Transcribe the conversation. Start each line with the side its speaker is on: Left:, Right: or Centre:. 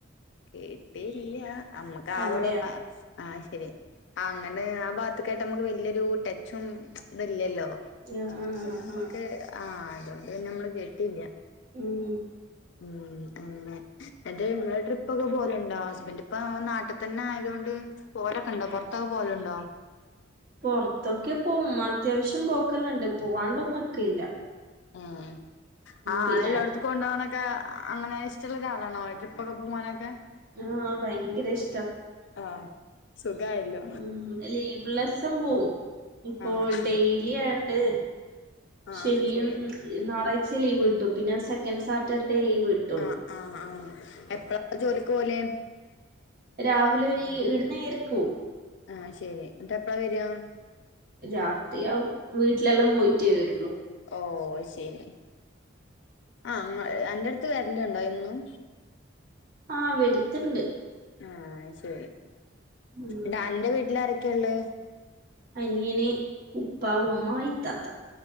Left: കേട്ടില്ല അമ്മക്ക് ആ
Right: അവിടെയാണ്
Left: വളവ് ആ ആഹ് ശെരി അങ്ങണ്ട് ആ ഭാഗത്തക്കായിട്ട് നമുക്ക് വല്യൊരു ടച്ചും ഇതില്ലല്ലോ
Right: ആഹ് ആഹ്
Left: പിന്നെ
Right: ആഹ്
Left: അമ്മക്ക്
Right: ആഹ്
Left: ആഹ് അതോണ്ട് പിന്നെ നമ്മള് കേട്ടില്ല്യ
Right: ഉം
Left: ഉം ന്നിട്ട് ഇങ്ങള് ട്രിപ്പ് ഒക്കെ പോലുണ്ടോ ഹസ്ബൻഡ് ഇപ്പൊ നാട്ടിൽ തന്നെ ആയത് കൊണ്ട് പോവലൊക്കെ ഉണ്ടോ പുറത്താക്കെ പോവലുണ്ടോ
Right: പുറത്തൊക്കെ പോവും അത്യാവശ്യം പോക്കലുണ്ട് പോവാണ്ടൊന്നും നിക്കാല്ലാ
Left: ഉം ആഹ്
Right: പിന്നെ
Left: ആല്ല ടുത്തു കൊണ്ട് പോവാനൊക്കെ അങ്ങനെ ഇഷ്ട്ടോള്ള ഒരാളണോ ട്രിപ്പോക്കെ പോവാനൊക്കെ
Right: ആഹ് ഭയ്ങ്കര ഇഷ്ട
Left: ആഹ് സുഖായല്ലോ
Right: ഉം ലീവ്ള്ളീസം പോവും ഇപ്പോ
Left: ആഹ് ആഹ്
Right: ഡെയലി യലി ആയോണ്ട്
Left: ആഹ്
Right: ശനിയും
Left: ശരി
Right: ഞായറാഴ്ച ലീവ് കിട്ടും പിന്നെ സെക്കൻഡ് സാറ്റർഡേ ലീവ് കി
Left: ആഹാ ആഹ് ആഹാ എപ്പളാ പ്പൊ ജോലിക്ക് പോവല്
Right: രാവിലെ ഒരു ഈട്ന്ന് ഏഴരക്കോവും
Left: ആഹ് ശരി ന്നട്ട് പ്പഴാ വരിക
Right: രാത്രിയാവും വീട്ടിലെല്ലാം പോയിട്ടേ വരുള്ളൂ
Left: ഓ ശരി ആ അന്റെടുത്ത് വരല്ണ്ടോ എന്നും
Right: ആ വര്ത്തണ്ട്
Left: ആഹ് ശരി
Right: ഉം
Left: ട്ട് അന്റെ വീട്ടില് ആരൊക്കെ ള്ളത്
Right: അനിയന് ഉപ്പ ഉമ്മ ഇത്താത്ത